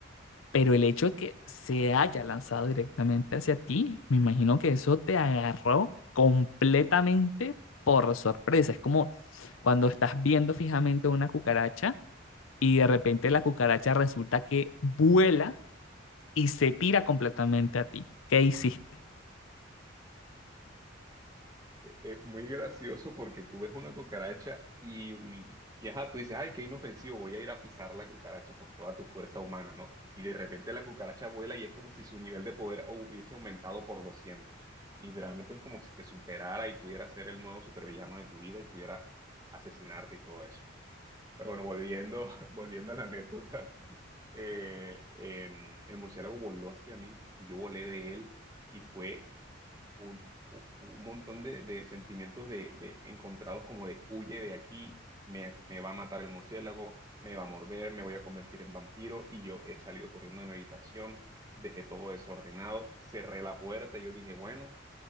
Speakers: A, on the left (about 85°); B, on the right (about 20°).
A: pero el hecho de que se haya lanzado directamente hacia ti, me imagino que eso te agarró completamente por sorpresa. Es como cuando estás viendo fijamente una cucaracha y de repente la cucaracha resulta que vuela y se tira completamente a ti. ¿Qué hiciste?
B: E- Es muy gracioso porque tú ves una cucaracha y, mm, y ajá, tú dices, ay, qué inofensivo, voy a ir a pisar la cucaracha con toda tu fuerza humana, ¿no? Y de repente la cucaracha vuela y es como si su nivel de poder hubiese aumentado por doscientos Literalmente es como si te superara y pudiera ser el nuevo supervillano de tu vida y pudiera asesinarte y todo eso. Pero bueno, volviendo, <laughs> volviendo a la anécdota, eh, eh, el murciélago voló hacia mí y yo volé de él y fue un, u- un montón de, de sentimientos de, de encontrados como de huye de aquí, me, me va a matar el murciélago, me va a morder, me voy a convertir en vampiro y yo he salido corriendo de mi habitación, dejé todo desordenado, cerré la puerta y yo dije, bueno.